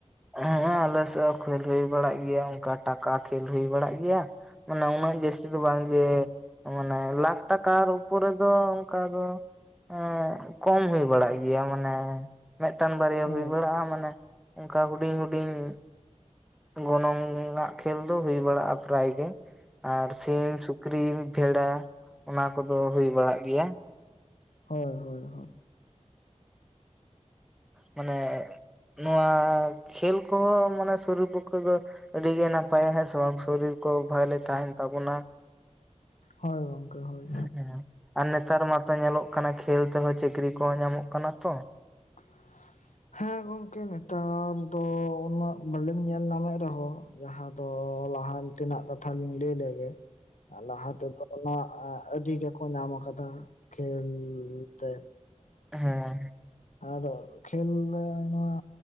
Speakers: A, in the centre; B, on the left.
A: ᱦᱮᱸ ᱟᱞ ᱥᱮᱫ ᱦᱚᱸ ᱠᱷᱮᱞ ᱦᱩᱭ ᱵᱟᱲᱟᱜ ᱜᱮᱭᱟ ᱚᱱᱠᱟ ᱴᱟᱠᱟ ᱠᱷᱮᱞ ᱦᱩᱭ ᱵᱟᱲᱟᱜ ᱜᱮᱭᱟ ᱢᱟᱱᱮ ᱩᱱᱟᱹᱜ ᱡᱟᱹᱥᱛᱤ ᱫᱚ ᱵᱟᱝ ᱡᱮ ᱢᱟᱱᱮ ᱞᱟᱠᱷ ᱴᱟᱠᱟᱨ ᱩᱯᱚᱨ ᱨᱮ ᱫᱚ ᱚᱱᱠᱟ ᱫᱚ ᱮᱸ ᱠᱚᱢ ᱦᱩᱭ ᱵᱟᱲᱟᱜ ᱜᱮᱭᱟ ᱢᱟᱱᱮ ᱢᱤᱫᱴᱟᱝ ᱵᱟᱨᱭᱟ
B: ᱦᱳᱭ
A: ᱦᱩᱭ ᱵᱟᱲᱟᱜᱼᱟ ᱢᱟᱱᱮ ᱚᱱᱠᱟ ᱦᱩᱰᱤᱧ ᱦᱩᱰᱤᱧ ᱜᱚᱱᱚᱝ ᱟᱱᱟᱜ ᱠᱷᱮᱞ ᱫᱚ ᱦᱩᱭ ᱵᱟᱲᱟᱜᱼᱟ ᱯᱨᱟᱭᱜᱮ ᱟᱨ ᱥᱤᱢ ᱥᱩ ᱠᱨᱤᱢ <unintelligible> ᱚᱱᱟ ᱠᱚᱫᱚ ᱦᱩᱭ ᱵᱟᱲᱟᱜ ᱜᱮᱭᱟ
B: ᱦᱳᱭ ᱦᱳᱭ ᱦᱳᱭ
A: ᱢᱟᱱᱮ ᱱᱚᱣᱟ ᱠᱷᱮᱞ ᱠᱚᱦᱚᱸ ᱢᱟᱱᱮ ᱥᱚᱨᱩᱨ ᱯᱚᱠᱠᱷᱚ ᱫᱚ ᱟᱹᱰᱤ ᱜᱮ ᱱᱟᱯᱟᱭᱟ ᱦᱮᱸ ᱥᱮ ᱵᱟᱝ ᱥᱚᱨᱤᱨ ᱠᱚ ᱵᱷᱟᱞᱮ ᱛᱟᱦᱮᱱ ᱛᱟᱵᱚᱱᱟ
B: ᱦᱳᱭ ᱜᱚᱝᱠᱮ ᱦᱳᱭ
A: ᱦᱸ ᱟᱨ ᱱᱮᱛᱟᱨ ᱢᱟᱛᱚ ᱧᱮᱞᱚᱜ ᱠᱟᱱᱟ ᱠᱷᱮᱹᱞ ᱛᱮᱦᱚᱸ ᱪᱟᱹᱠᱨᱤ ᱠᱚᱦᱚᱸ ᱧᱟᱢᱚᱜ ᱠᱟᱱᱟ ᱛᱚ
B: <inaudible> ᱦᱮᱸ ᱜᱚᱢᱠᱮ ᱱᱮᱛᱟᱨ ᱫᱚ ᱩᱱᱟᱹᱜ ᱵᱟᱞᱤᱢ ᱧᱮᱞ ᱧᱟᱢᱮᱫ ᱨᱮᱦᱚᱸ ᱡᱟᱦᱟᱸ ᱫᱚ ᱞᱟᱦᱟᱱ ᱛᱮᱱᱟᱜ ᱠᱟᱛᱷᱟ ᱞᱤᱧ ᱞᱟᱹᱭ ᱞᱮᱜᱮ ᱞᱟᱦᱟ ᱛᱮᱫᱚ ᱚᱱᱟ ᱟᱹᱰᱤ ᱜᱮᱠᱚ ᱧᱟᱢ ᱟᱠᱟᱫᱟ ᱠᱷᱮᱞ ᱛᱮ
A: ᱦᱮᱸ
B: ᱟᱫᱚ ᱠᱷᱮᱞ ᱱᱚᱣᱟ